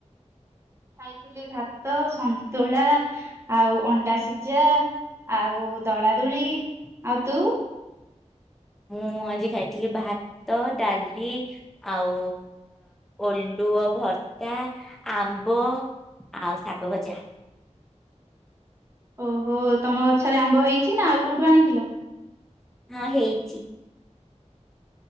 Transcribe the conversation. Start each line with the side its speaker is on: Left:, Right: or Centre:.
Right: ଖାଇଥିଲି ଭାତ ସନ୍ତୁଳା ଆଉ ଅଣ୍ଡା ସିଝା ଆଉ ଦଳାଦୁଳି ଆଉ ତୁ
Centre: ମୁଁ ଆଜି ଖାଇଥିଲି ଭାତ ଡାଲି ଆଉ ଓଲୁଅ ଭର୍ତା ଆମ୍ବ ଆଉ ଶାଗ ଭଜା।
Right: ଓହୋ ତମ ଗଛରେ ଆମ୍ବ ହେଇଛି ନା ଆଉ କୋଉଠୁ ଆଣିଥିଲ।
Centre: ହଁ ହେଇଛି।